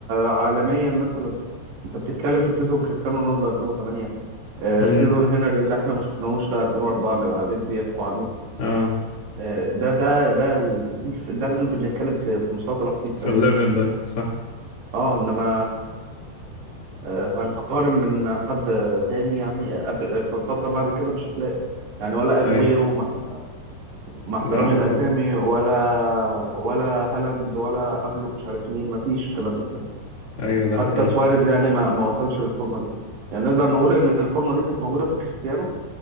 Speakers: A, on the right; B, on the left.
A: عالميا مثلا انت بتتكلم في سيزون كريستيانو رونالدو 2008 آه،
B: امم
A: سيزون هنري اللي احنا ما شفناهوش ده 2004 اللي قاعدين بيحكوا عنه
B: اه
A: آه، ده ده ده ال- دي الف- ده اللي بنتكلم في في مستوى فيه السنه
B: في الليفل
A: دي
B: ده صح
A: اه انما آه، هنقارن من حد تاني يعني قبل- في الفتره بعد كده مش هتلاقي يعني ولا اجويرو
B: اي
A: مع, مع احترامي
B: لا ما
A: لاسامي
B: طبعا
A: ولا ولا هالاند ولا قبله مش عارف مين مفيش الكلام ده
B: ايوه ده حقيقي
A: حتى سواريز يعني ما, ما وصلش للفورمه دي يعني نقدر نقول ان الفورمه دي كانت موجوده في كريستيانو